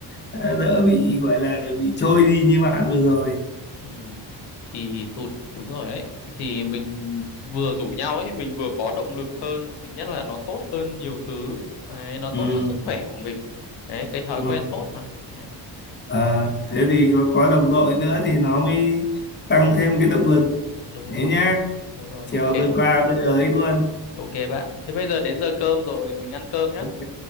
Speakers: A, on the left; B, on the left.
A: đỡ bị gọi là bị trôi đi như bạn vừa rồi
B: ừ. thì tụt đúng rồi đấy thì mình vừa rủ nhau ấy mình vừa có động lực hơn thứ nhất là nó tốt hơn nhiều thứ đấy, nó tốt
A: ừ,
B: cho sức khỏe của mình đấy cái thói
A: đúng
B: quen
A: không?
B: tốt mà đấy,
A: À, thế thì có, có đồng đội nữa thì nó mới tăng thêm cái động lực
B: đúng rồi
A: thế nhá
B: Đúng rồi,
A: chiều
B: ok.
A: tôi qua tôi ấy luôn
B: Ok bạn. Thế bây giờ đến giờ cơm rồi, mình ăn cơm nhá.
A: ok